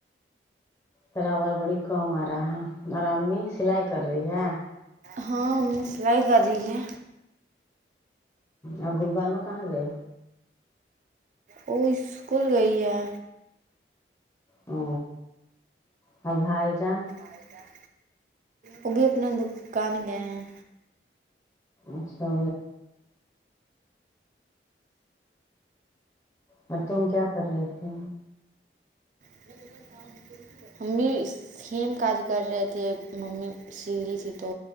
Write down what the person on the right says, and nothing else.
ہاں امی سلائی کر رہی ہے
وہ اسکول گئی ہے
بھائی جان وہ بھی اپنا دوکان گئے ہیں
<unintelligible> ہم بھی سیم کاج کر رہے تھے ممی سلی تھی تو